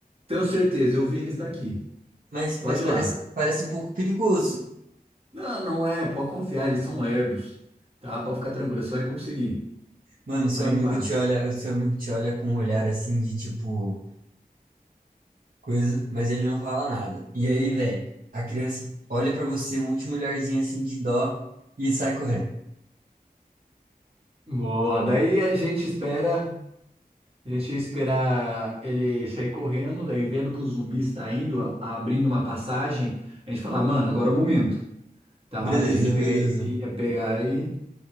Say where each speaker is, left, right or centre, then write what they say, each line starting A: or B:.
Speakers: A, on the right; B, on the right.
A: Tenho certeza, eu vi eles daqui.
B: Mas, mas
A: Pode
B: parece,
A: ir lá.
B: parece um pouco perigoso.
A: Não, não é, pode confiar, eles são lerdos, tá? Pode ficar tranquilo, você vai conseguir.
B: Mano, seu
A: Vai
B: amigo
A: em paz.
B: te olha, o seu amigo te olha com um olhar assim de tipo. coisa, mas ele não fala nada. E aí, velho, a criança olha pra você um último olharzinho assim de dó e sai correndo.
A: Boa, daí a gente espera, a gente ia esperar ele sair correndo, daí vendo que o zumbi está indo, a- abrindo uma passagem, a gente fala, mano, agora é o momento. Tá,
B: Beleza,
A: daí a gente pega-
B: beleza.
A: ia pegar e,